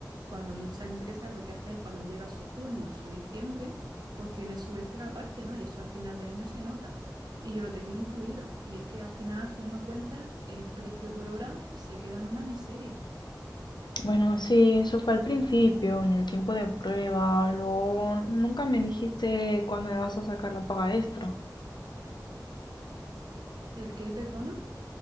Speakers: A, on the right; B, on the left.
A: Cuando muchas empresas lo que hacen es cuando llega su junio o su diciembre, pues tiene su extra aparte, ¿no? Y eso a final de año se nota. Y yo lo tengo incluido. Y es que al final, haciendo cuenta, el precio por hora se queda en una miseria.
B: Bueno, sí, eso fue al principio, en el tiempo de prueba, luego nunca me dijiste cuándo me vas a sacar la paga extra.
A: ¿El qué, perdona?